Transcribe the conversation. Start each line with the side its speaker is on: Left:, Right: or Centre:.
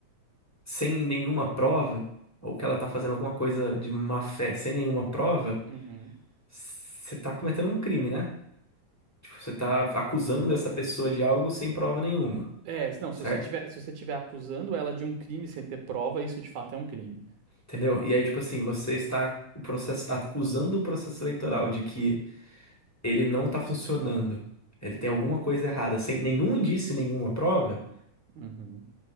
Centre: sem nenhuma prova, ou que ela tá fazendo alguma coisa de má fé sem nenhuma prova,
Right: Uhum.
Centre: você tá cometendo um crime, né? Tipo, você tá acusando essa pessoa de algo sem prova nenhuma,
Right: É, se- não,
Centre: certo?
Right: se você tiver, se você tiver acusando ela de um crime sem ter prova, isso de fato é um crime.
Centre: Entendeu? E aí, tipo assim, você está o processo, acusando o processo eleitoral de que ele não tá funcionando, ele tem alguma coisa errada, sem nenhum indício, nenhuma prova,
Right: Uhum.